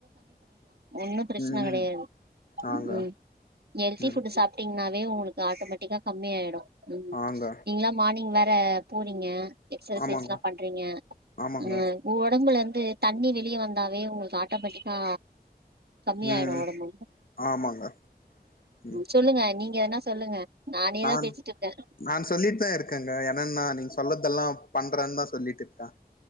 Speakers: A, on the right; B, on the left.
A: ஒன்னும் பிரச்சன
B: ம்
A: கெடையாது
B: ம் ஆங்க
A: ம் ஹெல்தி
B: ம்
A: ஃபுட் சாப்பிட்டீங் னாவே உங்களுக்கு ஆட்டோமேட்டிக்கா கம்மியாயிடு ம்
B: ஆங்க
A: நீங்களா மார்னிங் வே ப்ப போறீங்க எக்ச்சைஸ்லா
B: ஆமாங்க
A: பண்றீங்க
B: ஆமாங்க
A: ஆ ஒடம்புல இருந் அது தண்ணி வெளியே வந்தாவே உங்களுக்கு ஆட்டோமேட்டிக்கா கம்மியாயிடு
B: ம் ம்
A: ஒடம்பு
B: ஆமாங்க ம்
A: சொல்லுங்க அ நீ இங்க என்ன சொல்லுங்க நானேதா
B: நான்
A: பேசிட்டு இருக்கே
B: நான் சொல்லிட்டு தா இருக்கேங்க என்னன்னா நீங்க சொல்லதெல்லா பண்றன்னு தா சொல்லிட்டு இருக்கே